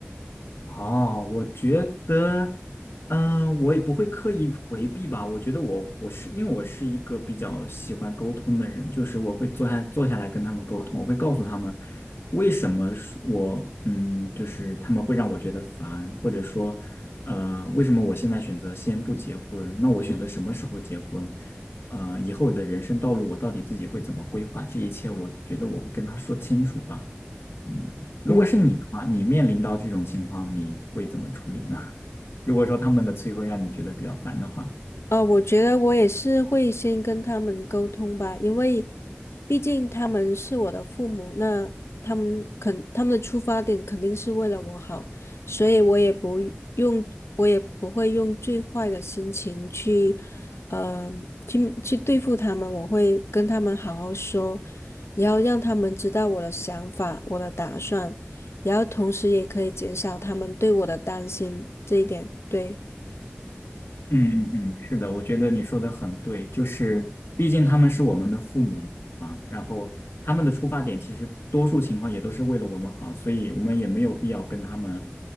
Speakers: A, on the left; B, on the left.
A: 哦，我觉得，嗯，我也不会刻意回避吧。我觉得我我是因为我是一个比较喜欢沟通的人，就是我会坐下坐下来跟他们沟通，我会告诉他们为什么是我嗯，就是他们会让我觉得烦，或者说呃，为什么我现在选择先不结婚？那我选择什么时候结婚？呃，以后我的人生道路我到底自己会怎么规划？这一切我觉得我会跟他说清楚吧。嗯，如果是你的话，
B: 嗯。
A: 你面临到这种情况，你会怎么处理呢？<laughs> 如果说他们的催毁让你觉得比较烦的话，
B: 呃，我觉得我也是会先跟他们沟通吧，因为毕竟他们是我的父母，那他们肯他们的出发点肯定是为了我好，所以我也不用，我也不会用最坏的心情去，呃，去去对付他们，我会跟他们好好说，然后让他们知道我的想法、我的打算，然后同时也可以减少他们对我的担心，这一点，对。
A: 嗯嗯嗯，是的，我觉得你说的很对，就是毕竟他们是我们的父母嘛，然后他们的出发点其实多数情况也都是为了我们好，所以我们也没有必要跟他们